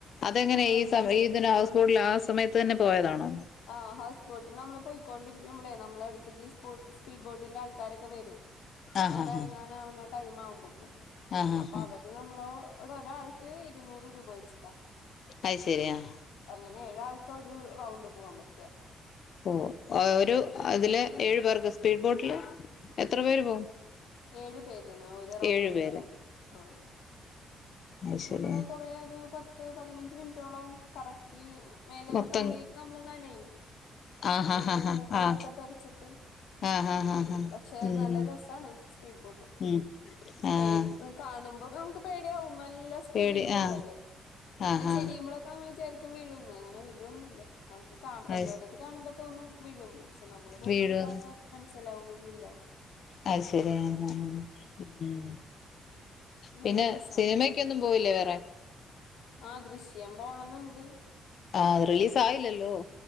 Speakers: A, on the left (about 60°); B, on the left (about 80°).
A: അതെങ്ങനേയ്
B: നമ്മള്
A: ഈ സമ ഈതിന് ഹൗസ് ബോട്ട്ല് ആ സമയത്ത് തന്നെ പോയതാണൊ?
B: ആഹ് ഹൗസ് ബോട്ട്ൽ. നമ്മള് പോയിക്കോണ്ടിരിക്കുമ്പളെ നമ്മളെ അട്ത്ത്ക്കീസ്പോ സ്പീഡ് ബോട്ടിന്റെ ആൾക്കാരൊക്കെ വരും.
A: ആഹ്
B: നമ്മള്
A: ഹാ
B: എറങ്ങാനാവണ
A: ഹാ
B: ടൈ മാവുമ്പക്കും.
A: ആഹ്
B: അപ്പ
A: ഹാ
B: അവര് ര് നമ്മളോടൊരാൾക്ക് ഇരുന്നൂറ് രൂപ വെച്ചിട്ടാ.
A: അയ് ശരി അഹ്
B: അങ്ങനെ ഏഴാൾക്കൊരു റൗണ്ട് പോവാം പറ്റാ.
A: ഓഹ്. ഏഹ് ഒരു അതില് ഏഴു പേർക്ക്. സ്പീഡ് ബോട്ട്ല് എത്ര പേര് പോവും?
B: ഏഴ് പേരാണ് ഓരോ റൗണ്ട്ല്
A: ഏഴു പേര്
B: കേറാം പറ്റാ ആഹ്.
A: അത്
B: പിന്നെമ്മള്
A: ശരി
B: കുറേ ഒരു പ പത്ത്, പതിനഞ്ച് മിൻറ്റോളം കറക്കി മേലെ
A: മൊത്തം
B: കംപ്ലീറ്റ് നമ്മള് നനയും.
A: ആഹ് ആഹ്
B: ഏഹ്
A: ആഹ്
B: വെള്ളൊക്കെ
A: ആഹ്
B: തെർച്ചിട്ട്.
A: ആഹ് ആഹ് ആഹ് ആഹ്
B: പക്ഷെ
A: ഉം
B: നല്ല രസാണ് സ്പീഡ് ബോട്ട്.
A: ഉം ആഹ്
B: പേടി കാണുമ്പം നമുക്ക് പേടിയാവും. നല്ല സ്പീഡ്ല്
A: പേടി
B: പോവല്ലെ.
A: ആഹ്
B: പിന്നെ
A: ആഹ്
B: ചെരിയുമ്പളൊ
A: ആഹ്
B: നമ്മള് വിചാരിക്കും വീഴൂന്ന് പ്പൊ പ്പൊ അങ്ങനെ ചെരിക്കുമ്പ വീഴൊ ന്ന്. അങ്ങനെ വീഴൊന്ന്ല്ല. നമുക്ക് കാ വല്ലോര്ടത്
A: അത്
B: കാണുമ്പൊ തോന്നും വിഴൂന്ന്. പക്ഷെ പ്പം നമ്മള് പോയി
A: വീഴുവെന്ന്
B: താവ്മ്പം മൻസ്സിലാവും വീഴൂല്ലാന്ന്.
A: അയ് ശരി ആഹ് അഹ് അഹ്. പിന്നേ?
B: നല്ല
A: പിന്നെ
B: രസാണ്
A: സിനിമെക്കൊന്നും പോവില്ലെ വേറെ.
B: ആഹ് ദൃശ്യം പോണംന്ന്ണ്ട്.
A: ആഹ്. റിലീസായില്ലല്ലോ?